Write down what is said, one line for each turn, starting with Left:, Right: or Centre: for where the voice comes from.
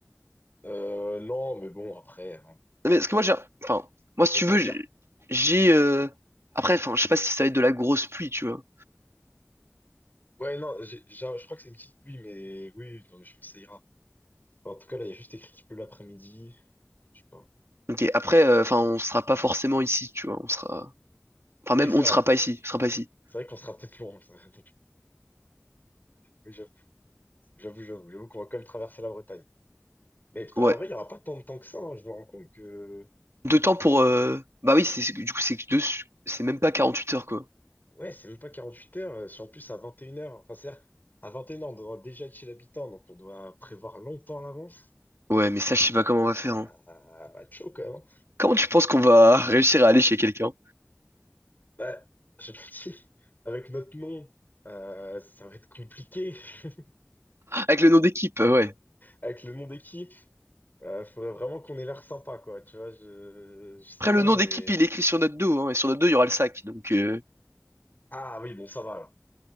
Left: Euh, non, mais bon, après, on
Right: Mais parce que moi, j'ai, enfin, moi,
Left: va s'en
Right: si tu
Left: sortir.
Right: veux, j'ai, j'ai, euh, après, enfin, je sais pas si ça va être de la grosse pluie, tu vois.
Left: Ouais, non, j'ai, j'ai- je crois que c'est une petite pluie, mais oui, non, mais je pense que ça ira. Enfin, en tout cas, là, il y a juste écrit qu'il pleut l'après-midi. Je sais pas.
Right: Ok, après, euh, enfin, on sera
Left: Et, euh,
Right: pas forcément ici, tu vois. On sera, enfin,
Left: Oui,
Right: même,
Left: c'est
Right: on ne
Left: vrai.
Right: sera pas ici, on sera pas ici.
Left: C'est vrai qu'on sera peut-être loin. ça. <laughs> Oui, J'avoue, j'avoue, j'avoue j'avoue qu'on va quand même traverser la Bretagne. Mais putain,
Right: Ouais.
Left: en vrai, il n'y aura pas tant de temps que ça. hein. Je me rends compte que.
Right: De temps pour, euh, bah oui, c'est, c'est- du coup, c'est que deux, c'est même pas 48 heures, quoi.
Left: Ouais, c'est même pas 48 heures. euh, Si en plus à 21 heures Enfin, c'est-à-dire, à 21h, on doit déjà être chez l'habitant, donc on doit prévoir longtemps à l'avance.
Right: Ouais, mais ça, je sais pas comment on va faire, hein.
Left: Ah, bah, chaud quand même. hein.
Right: Comment tu penses qu'on va <laughs> réussir à aller chez quelqu'un?
Left: Bah, je te le dis, avec notre nom, euh, ça va être compliqué. <laughs>
Right: Avec le nom d'équipe, euh, ouais.
Left: Avec le nom d'équipe, euh, faudrait vraiment qu'on ait l'air sympa, quoi. Tu vois, je... je sais
Right: Après,
Left: pas,
Right: le nom
Left: mais.
Right: d'équipe, il est écrit sur notre dos, hein, et sur notre dos, il y aura le sac, donc, euh,
Left: Ah oui, bon, ça va, là.